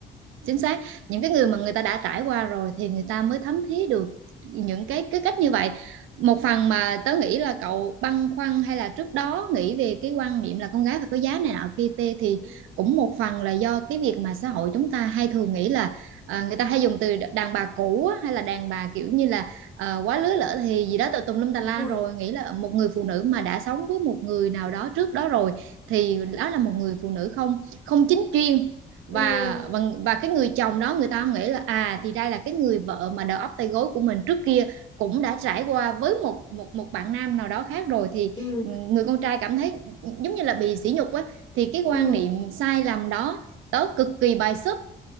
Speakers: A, on the right (about 85°); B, on the left (about 20°).
A: chính xác những cái người mà người ta đã trải qua rồi thì người ta mới thấm thía được những cái cái cách như vậy một
B: Ừ,
A: phần mà tớ nghĩ là cậu băn khoăn hay là trước đó nghĩ về cái quan niệm là con gái phải có giá này nọ kia tê thì
B: ừ,
A: cũng một phần là do cái việc mà xã hội chúng ta hay thường nghĩ là à, người ta hay dùng từ đàn bà cũ á, hay là đàn bà kiểu như là à, quá lứa lỡ thì gì đó tùm tùm lum tà la
B: đúng rồi.
A: rồi nghĩ là một người phụ nữ mà đã sống với một người nào đó trước đó rồi thì đó là một người phụ nữ không không chính chuyên và
B: Ừ,
A: và và cái người chồng đó người ta nghĩ là à thì đây là cái người vợ mà đầu óc tay gối của mình trước kia cũng đã trải qua với một một một bạn nam nào đó khác rồi thì
B: ừ,
A: ừ, người con trai cảm thấy ừ, giống như là bị sỉ nhục á thì cái quan
B: ừ.
A: niệm sai lầm đó tớ cực kỳ bài xích